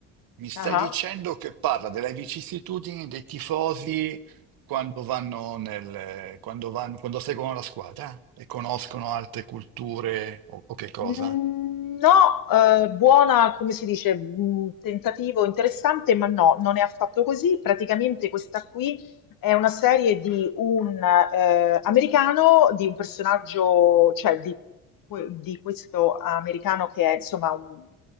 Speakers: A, on the right (about 60°); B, on the left (about 55°).
A: eh? Mi stai
B: ah
A: dicendo che parla delle vicissitudini dei tifosi quando vanno nel, quando vanno, quando seguono la squadra e conoscono altre culture o, o che cosa?
B: Mm, No, eh, buona, come si dice, mm, tentativo interessante, ma no, non è affatto così. Praticamente questa qui è una serie di un eh, americano, di un personaggio, cioè di, que- di questo americano che è insomma un,